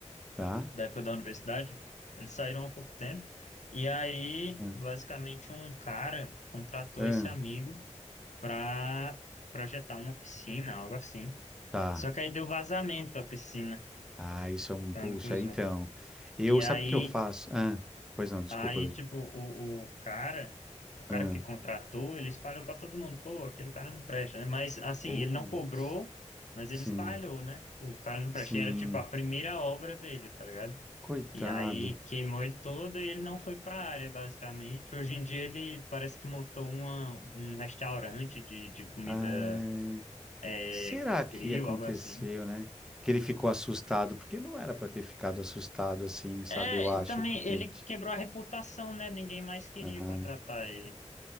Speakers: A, in the centre; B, on the left (about 75°).
A: Tá?
B: da época da universidade, eles saíram há pouco tempo. E aí,
A: Ah,
B: basicamente, um cara contratou
A: ah,
B: esse amigo para projetar uma piscina, algo assim.
A: tá.
B: Só que aí deu vazamento à piscina
A: Ah, isso é um.
B: quando
A: Puxa,
B: cruzou.
A: então. Eu,
B: E aí
A: sabe o que eu faço? Ah, pois não, desculpa.
B: Aí,
A: Eu,
B: tipo, o, o cara, o cara
A: ah,
B: que contratou, ele espalhou para todo mundo, pô, aquele cara não presta, né? Mas, assim,
A: putz,
B: ele não cobrou, mas
A: sim,
B: ele espalhou, né? O cara não presta,
A: sim.
B: E era, tipo, a primeira obra dele, tá ligado?
A: Coitado.
B: E aí queimou ele todo e ele não foi para a área, basicamente. Hoje em dia ele parece que montou uma, um restaurante de, de comida
A: Ai,
B: é,
A: será que
B: grill,
A: aconteceu,
B: algo assim.
A: né? Que ele ficou assustado, porque não era pra ter ficado assustado assim, sabe?
B: É,
A: Eu acho,
B: e também
A: porque.
B: ele
A: ti-
B: quebrou a reputação, né? Ninguém mais queria
A: Ah,
B: contratar ele.